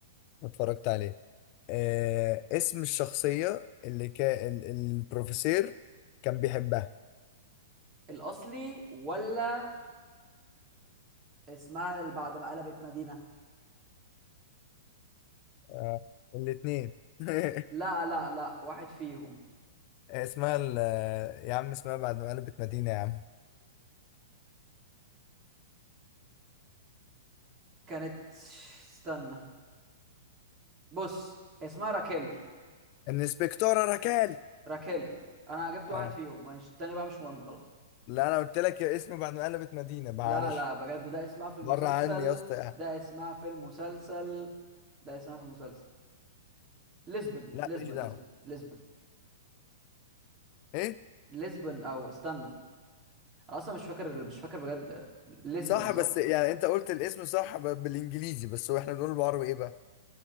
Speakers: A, on the left; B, on the right.
A: اتفرجت عليه آه اسم الشخصية اللي كان ال- البروفيسور كان بيحبها
B: الاصلي ولا اسمها اللي بعد ما قلبت مدينه
A: آه الاتنين <laughs>
B: لا لا لا واحد فيهم
A: اسمها ال- يا عم اسمها بعد ما قلبت مدينة يا عم
B: كانت استنى بص هي اسمها راكيل
A: الانسبكتورة ركال
B: راكيل انا جبت واحد
A: اه
B: فيهم مش التاني بقى مش مهم خلاص
A: لا انا قلت لك يا اسم بعد ما قلبت مدينة معلش
B: لا لا بجد ده اسمها في المسلسل
A: بره عني يا اسطى
B: ده اسمها في المسلسل ده اسمها في المسلسل لشبن
A: لا
B: لشبن
A: ماليش دعوة
B: لشبن لشبن
A: ايه
B: لشبن او استنى انا اصلا مش فاكر مش فاكر بجد لشبن
A: صح
B: صح
A: بس يعني انت قلت الاسم صح ب- بالانجليزي بس هو احنا بنقول بالعربي ايه بقى